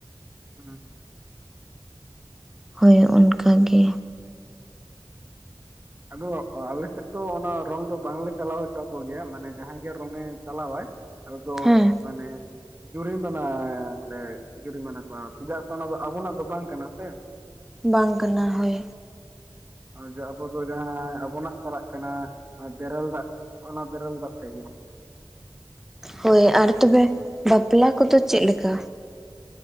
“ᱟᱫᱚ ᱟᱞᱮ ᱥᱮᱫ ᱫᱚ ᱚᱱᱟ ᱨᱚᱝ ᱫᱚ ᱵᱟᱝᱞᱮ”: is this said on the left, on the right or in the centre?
Right